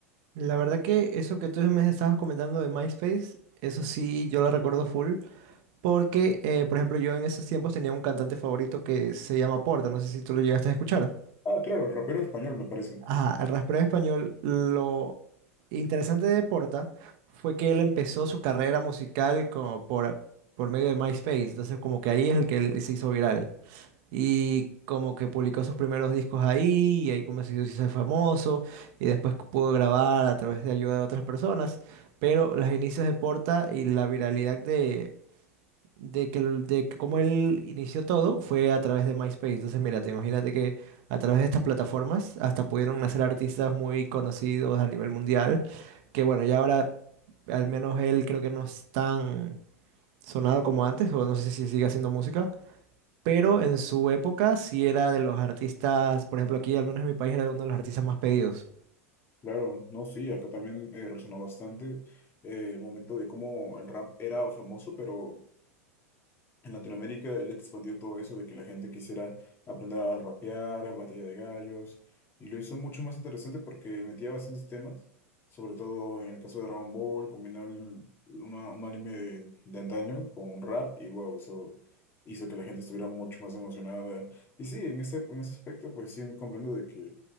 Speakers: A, on the right; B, on the left.
A: La verdad que eso que tú me estabas comentando de MySpace, eso sí, yo lo recuerdo full, porque, eh, por ejemplo, yo en esos tiempos tenía un cantante favorito que se llama Porta, no sé si tú lo llegaste a escuchar.
B: Ah, claro, el rapero español me parece.
A: Ajá, el rastreo español, lo interesante de Porta fue que él empezó su carrera musical como por, por medio de MySpace, entonces como que ahí es el que él se hizo viral y como que publicó sus primeros discos ahí y ahí como se hizo se hizo famoso y después pudo grabar a través de ayuda de otras personas, pero los inicios de Porta y la viralidad de de que, el- de que cómo él inició todo fue a través de MySpace. Entonces, mira, te imagínate que a través de estas plataformas hasta pudieron nacer artistas muy conocidos a nivel mundial, que bueno, ya ahora al menos él creo que no es tan sonado como antes, o no sé si sigue haciendo música, pero en su época sí era de los artistas, por ejemplo, aquí al menos en mi país era uno de los artistas más pedidos.
B: Claro, no, sí, acá también eh, resonó bastante eh, el momento de cómo el rap era famoso, pero En Latinoamérica él expandió todo eso de que la gente quisiera aprender a rapear, a batalla de gallos, y lo hizo mucho más interesante porque metía bastantes temas, sobre todo en el caso de Dragon Ball, combinó el- una- un anime de, de antaño con un rap, y wow, eso hizo que la gente estuviera mucho más emocionada. Y sí, en ese, en ese aspecto, pues sí comprendo de que